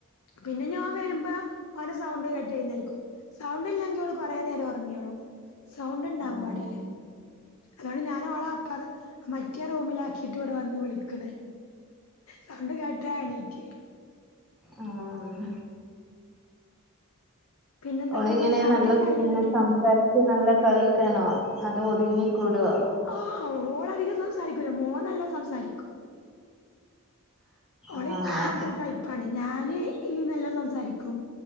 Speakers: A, on the left (about 75°); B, in the centre.
A: പിന്നെ ഞാൻ വരുമ്പോ ഓരോ സൗണ്ട് കേട്ട് എയ്ന്നേൽക്കും സൗണ്ട്ല്ല ങ്കി ഓള് കൊറേ നേരം ഒറങ്ങിയോ സൗണ്ട് ണ്ടാകാൻ
B: ആഹ്
A: പാടില്ല. അതോണ്ട് ഞാനൊളെ അപ്പറ് മറ്റേ റൂമിലാക്കിട്ട് ഇവിടെ വന്ന് വിളിക്കണേ സൗണ്ട് കേട്ടാ എണീറ്റ് വരും.
B: ആഹ്
A: പിന്നെ എന്തൊക്കെയുണ്ട്
B: ഒളിങ്ങനെ
A: ചായുടിയൊക്കെ
B: നല്ല
A: കഴിഞ്ഞോ
B: ഇങ്ങനെ
A: എന്നിട്ട്
B: സംസാരി ച്ച് നല്ല കളിയൊക്കാണോ അതോ ഒതുങ്ങിക്കൂടൊ?
A: ആഹ് ഓളധികം സംസാരിക്കൂല മോൻ നല്ലോം സംസാരിക്കും. ഓള്
B: ആഹ്
A: ഇക്കാന്റൊക്കൊരു ടൈപ്പാണേ ഞാന് ഈ നല്ല സംസാരിക്കും